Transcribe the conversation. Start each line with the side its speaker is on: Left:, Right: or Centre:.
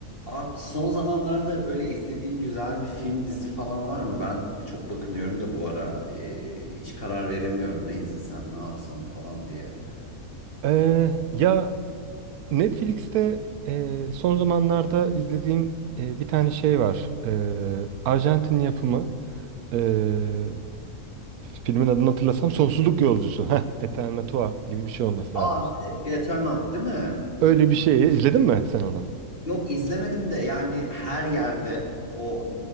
Left: Abi son zamanlarda böyle izlediğin güzel bir film, dizi falan var mı? Ben çok bakınıyorum da bu ara. Ee, hiç karar veremiyorum ne izlesem, ne yapsam falan diye.
Right: Ee, ya Netflix'te e, son zamanlarda izlediğim e, bir tane şey var. Ee, Arjantin yapımı. e, filmin adını hatırlasam Sonsuzluk Yolcusu. Heh, Eternatua gibi bir şey olması
Left: Aa,
Right: lazım.
Left: The Eternaut değil mi?
Right: Öyle bir şey. İzledin mi sen onu?
Left: Yok izlemedim de yani her yerde o